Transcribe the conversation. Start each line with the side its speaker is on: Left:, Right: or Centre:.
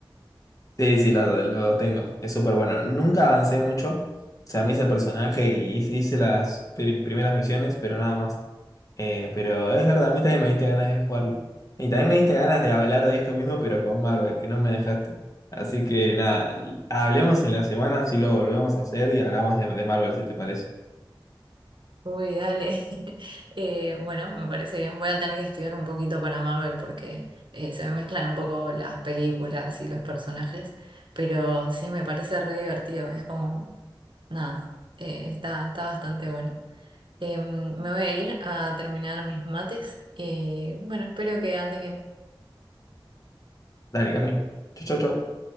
Left: Sí, sí, lo, lo tengo. Es súper bueno. Nunca avancé mucho. O sea, me hice el personaje y hice hice las pri- primeras misiones, pero nada más. Eh, pero es verdad, a mí también me diste ganas de jugarlo. Y también me diste ganas de hablar de esto mismo, pero con Marvel, que no me dejaste. Así que nada, hablemos en la semana, si lo volvemos a hacer y hablamos de, de Marvel, si te parece.
Right: Uy, dale. <laughs> Eh, bueno, me parece bien. Voy a tener que estudiar un poquito para Marvel porque eh, se me mezclan un poco las películas y los personajes, pero sí me parece re divertido. Es como, nada, eh, está, está bastante bueno. Em, me voy a ir a terminar mis mates y bueno, espero que andes bien.
Left: Dale, Cami. Chau, chau, chau.